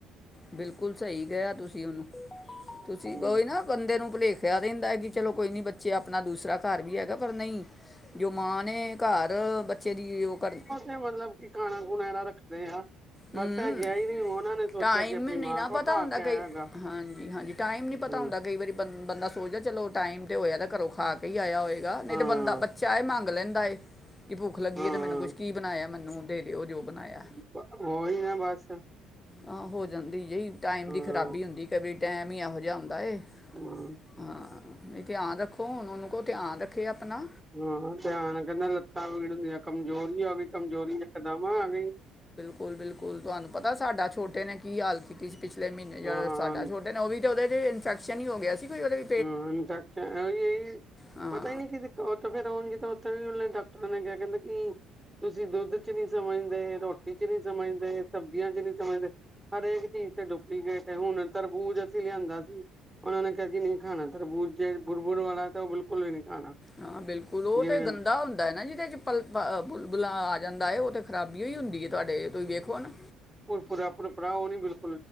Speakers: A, on the left; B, on the right.
A: ਬਿਲਕੁਲ ਸਹੀ ਕਿਹਾ ਤੁਸੀਂ ਉਹਨੂੰ ਤੁਸੀਂ
B: ਹੂੰ
A: ਓਹੀ ਨਾ ਬੰਦੇ ਨੂੰ ਭੁਲੇਖਿਆ ਰਹਿੰਦਾ ਏ ਕਿ ਚਲੋ ਕੋਈ ਨੀ ਬੱਚੇ ਆਪਣਾ ਦੂਸਰਾ ਘਰ ਵੀ ਹੈਗਾ ਪਰ ਨਹੀਂ ਜੋ ਮਾਂ ਨੇ ਘਰ ਬੱਚੇ ਦੀ ਉਹ ਕਰ
B: ਏ ਮਤਲਬ ਕੀ <unintelligible> ਖਾਣਾ ਗੁਣਾ ਐਦਾ <unintelligible> ਰੱਖਦੇ ਆ। ਬਸ
A: ਹੂੰ
B: ਐ ਗਿਆ ਈ ਨੀ ਓਹਨਾਂ ਨੇ ਸੋਚਿਆ
A: ਟਾਈਮ
B: ਕਿ ਅਪਣੀ
A: ਨਹੀਂ
B: ਮਾਂ
A: ਨਾ
B: ਕੋਲ
A: ਪਤਾ
B: ਖਾ
A: ਹੁੰਦਾ
B: ਕੇ ਆਯਾ
A: ਕਈ
B: ਹੈਗਾ
A: ਹਾਂਜੀ ਹਾਂਜੀ ਟਾਈਮ ਨੀ ਪਤਾ
B: ਹੂੰ
A: ਹੁੰਦਾ ਕਈ ਵਾਰੀ ਬੰ ਬੰਦਾ ਸ ਸੋਚਦਾ ਚਲੋ ਟਾਈਮ ਤੇ ਹੋਯਾ ਦੈ ਘਰੋਂ ਖਾ ਕੇ ਹੀ ਆਇਆ ਹੋਏਗਾ, ਨਹੀਂ
B: ਹਾਂ
A: ਤੇ ਬੰਦਾ ਬੱਚਾ ਏ ਮੰਗ ਲੈਂਦਾ ਏ ਕਿ ਭੁੱਖ ਲੱਗੀ
B: ਹਾਂ
A: ਏ ਤੇ ਮੈਨੂੰ ਕੁਛ ਕੀ ਬਣਾਯਾ ਮੈਨੂੰ ਦੇ ਦਿਓ ਜੋ ਬਣਾਯਾ
B: <unintelligible> ਓਹੀ ਨਾ ਬਸ
A: ਹਾਂ ਹੋ ਜਾਂਦੀ ਈ ਟਾਈਮ
B: ਹਾਂ
A: ਦੀ ਖ਼ਰਾਬੀ ਹੁੰਦੀ ਕਈ ਵਾ ਟਾਈਮ ਹੀ ਐਹੋ ਜਾ ਹੁੰਦਾ ਏ
B: ਹਾਂ
A: ਹਾਂ, ਨਹੀਂ ਧਿਆਨ ਰੱਖੋ ਹੁਣ ਓਨੂੰ ਕੋ ਧਿਆਨ ਰੱਖੇ ਅਪਨਾ
B: ਹਾਂ, ਧਿਆਨ ਕੈੰਦਾ ਲੱਤਾਂ ਪੀੜ ਹੁੰਦੀਆਂ ਕਮਜ਼ੋਰੀ ਆ ਗਈ, ਕਮਜ਼ੋਰੀ ਇਕਦਮ ਆ ਗਈ
A: ਕੁਲ ਬਿਲਕੁਲ ਤੁਹਾਨੂੰ ਪਤਾ ਸਾਡਾ ਛੋਟੇ ਨੇ ਕੀ ਹਾਲ ਕੀਤੀ ਸੀ ਪਿਛਲੇ ਮੀਨੇ ਜਦ
B: ਹਾਂ ਹਾਂ
A: ਅਸ ਤਾਡਾ ਛੋਟੇ ਨੇ ਓਹ ਵੀ ਤਾਂ ਓਹਦੇ ਤੇ ਇਨਫੈਕਸ਼ਨ ਹੀ ਹੋ ਗਿਆ ਸੀ ਕੋਈ ਓਦੇ
B: ਹਾਂ ਇਨਫੈਕਸ਼ ਐਵੀ ਏਈ
A: ਹਾਂ
B: ਪਤਾ ਨੀ ਕਿ ਕ ਤੋਹ ਫਿਰ ਔੰਝ ਤੇ ਉੱਥੇ ਵੀ ਉਲੇ ਡਾਕਟਰਾਂ ਨੇ ਕਿਹਾ ਕੈੰਦੇ ਕੀ ਤੁਸੀਂ ਦੁੱਧ ਚ ਨੀ ਸਮਝਦੇ, ਰੋਟੀ ਚ ਨੀ ਸਮਝਦੇ, ਸਬਜ਼ੀਆਂ ਚ ਨੀ ਸਮਝਦੇ ਹਰ ਏਕ ਚੀਜ਼ ਤੇ ਡੁਪਲੀਕੇਟ ਹੈ, ਹੁਣ ਤਰਬੂਜ਼ ਅਸੀਂ ਲਿਆਂਦਾ ਸ ਔਨਾਂ ਨੇ ਕਿਹਾ ਜੀ ਨੀ ਖਾਣਾ ਤਰਬੂਜ ਜੇ ਬੁਰਬੁਰ ਵਾਲਾ ਤੇ ਓਹ ਬਿਲਕੁਲ ਵੀ ਨੀ ਖਾਣਾ
A: ਹਾਂ, ਬਿਲਕੁਲ ਓਹ
B: ਜਿਵੇਂ
A: ਤੇ ਗੰਦਾ ਹੁੰਦਾ ਏ ਨਾ ਜਿਦੇ ਚ ਪਲਪ ਅ ਬੁਲਾ ਆ ਜਾਂਦਾ ਏ ਓਹ ਤ ਖਰਾਬੀਈਔ ਈ ਹੂੰਦੀ ਏ ਤੁਹਾਡੇ ਤੁਸੀਂ ਵੇਖੋ ਨਾ
B: ਪੁਰਪੂਰਾ ਪੁਰਪੂਰਾ ਓਹ ਨੀ ਬਿਲਕ